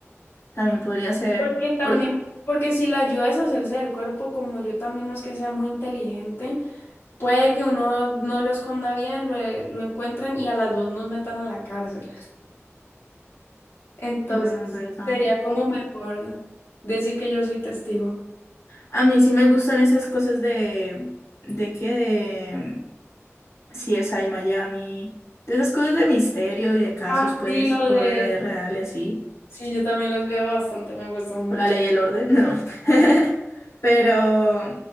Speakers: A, on the left; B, on the left.
A: También podría ser.
B: Porque también,
A: por-
B: porque si la ayuda a deshacerse del cuerpo, como yo también no es que sea muy inteligente, puede que uno no lo esconda bien, lo, lo encuentren y a las dos nos metan a la cárcel. Entonces,
A: bueno, en verdad.
B: sería como mejor decir que yo soy testigo.
A: A mí sí me gustan esas cosas de. ¿De qué? Si es ahí Miami, de esas cosas de misterio y de casos,
B: Ah,
A: pues,
B: sí, lo de...
A: o de la vida real y así,
B: Sí, yo también los veo bastante, me gustan mucho.
A: o la ley y el orden, <laughs> no. <laughs> Pero,